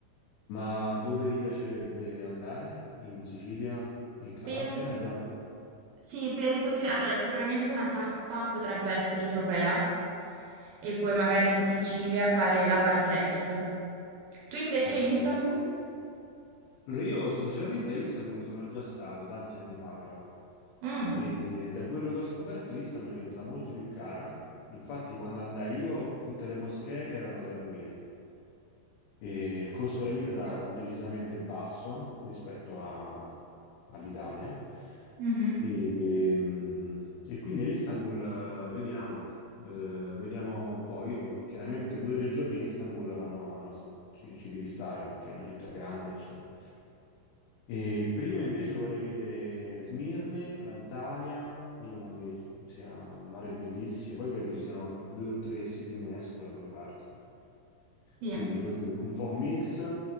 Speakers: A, on the left (about 80°); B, on the right (about 80°).
A: Ma dove ti piacerebbe andare? In Sicilia e in Calabria?
B: Pens-
A: Eh già.
B: sì, penso che allora sicuramente una tappa potrebbe essere Tropea e poi magari in Sicilia fare la parte est. Tu invece
A: Ok.
B: Istanbul?
A: Allora, io sinceramente a Istanbul sono già stato tanti anni fa, però,
B: Mm.
A: e da quello che ho scoperto Istanbul è diventata molto più cara. Infatti, quando andai io, tutte le moschee erano gratuite e il costo della vita era
B: Più?
A: decisamente basso rispetto a- all'Italia.
B: Mhm,
A: E, e, mh, e quindi a Istanbul, eh, vediamo, eh, vediamo un po'. Io, chiaramente, due o tre giorni a Istanbul vanno, vanno- ci, ci devi stare perché è una città grande, eccetera. E prima invece vorrei vedere Smirne, l'Antalya, dicono che ci- sia un mare bellissimo, poi credo ci siano due o tre siti UNESCO da quelle parti.
B: Sì.
A: Quindi così, un po' un mix,